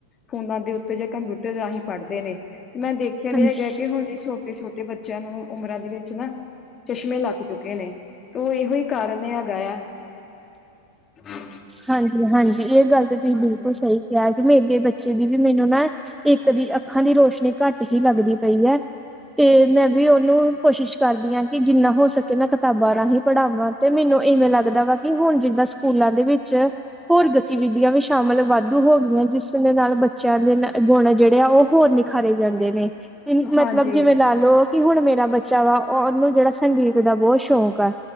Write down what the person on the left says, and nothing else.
ਫੋਨਾਂ ਦੇ ਉੱਤੇ ਜਾਂ ਕੰਪਿਊਟਰ ਰਾਹੀਂ ਪੜ੍ਹਦੇ ਨੇ ਤੇ ਮੈਂ ਦੇਖ ਖਿਆ
ਵੀ ਹੈਗਾ ਕਿ ਹੁਣ ਇਹ ਛੋਟੇ ਛੋਟੇ ਬੱਚਿਆਂ ਨੂੰ ਉਮਰਾਂ ਦੇ ਵਿੱਚ ਨਾ ਚਸ਼ਮੇ ਲੱਗ ਚੁੱਕੇ ਨੇ ਤੇ ਓ ਇਹੋ ਹੀ ਕਾਰਨ ਹੈਗਾ ਆ। <inaudible>
ਹਾਂਜੀ
ਹਾਂਜੀ